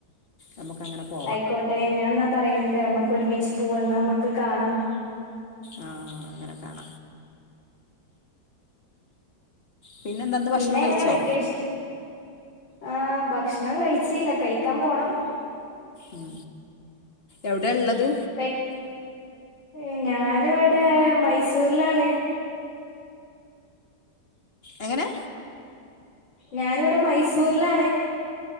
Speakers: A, on the left; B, on the left.
A: നമുക്ക് അങ്ങനെ പോ-
B: ആയ്ക്കോട്ടെ നാ ന്നാ പറയണ്ട് നമ്മക്ക് ഒരുമിച്ച് പോവ ന്ന നമ്മക്ക് കാണാം
A: ആ അങ്ങനെ കാണ പിന്നെന്താ ഇന്ന്
B: പിന്നെ
A: ഭക്ഷണം
B: എങ്ങനെ
A: കഴിച്ചോ
B: വെക്കേഷൻ ആ ഭക്ഷണം കഴിച്ചല്ല കഴിക്കാം പോണം
A: ഉം എവ്ടെ ള്ളത്
B: വെക് ഏ ഞാന് വടെ മൈസൂര്ലാണ്
A: എങ്ങനെ
B: ഞാന് വടെ മൈസൂര്ലാണ്